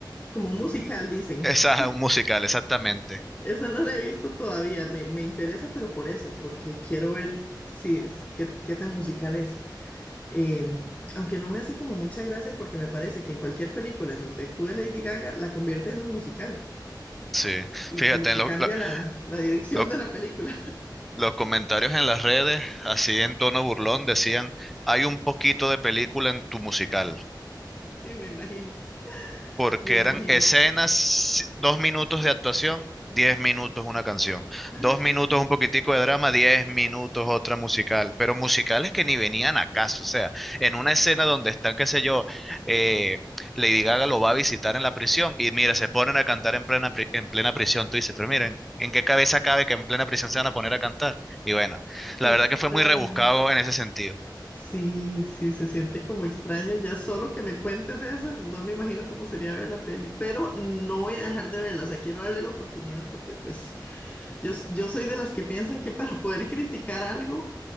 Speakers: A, on the left; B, in the centre.
A: Como un musical,
B: un- <laughs>
A: dicen.
B: esa, un musical, exactamente.
A: Esa no la he visto todavía, me, me interesa, pero por eso, porque quiero ver si es, qué, qué tan musical es. Em, aunque no me hace como mucha gracia porque me parece que en cualquier película en donde actúe Lady Gaga la convierte en un musical
B: Sí.
A: y
B: Fíjate,
A: como que
B: en lo-
A: cambia
B: lo-
A: la, la dirección
B: lo-
A: de la película. <laughs>
B: los comentarios en las redes, así en tono burlón, decían, hay un poquito de película en tu musical.
A: Sí, me imagino,
B: porque
A: me imagino.
B: eran escenas, si, dos minutos de actuación, diez minutos una canción,
A: <gasps> ¡Ah!
B: dos minutos un poquitico de drama, diez minutos otra musical, pero musicales que ni venían a caso, o sea, en una escena donde están, qué sé yo, eh, Lady Gaga lo va a visitar en la prisión y mira, se ponen a cantar en plena, pri- en plena prisión, tú dices, pero miren, ¿en qué cabeza cabe que en plena prisión se van a poner a cantar? Y bueno, la
A: Qué extraño.
B: verdad que fue muy rebuscado en ese sentido,
A: Sí, sí, se siente como extraño. Ya solo que me cuentes eso, no me imagino cómo sería ver la peli, pero no voy a dejar de verla. O sea, quiero darle la oportunidad porque pues Yo, s- yo soy de las que piensan que para poder criticar algo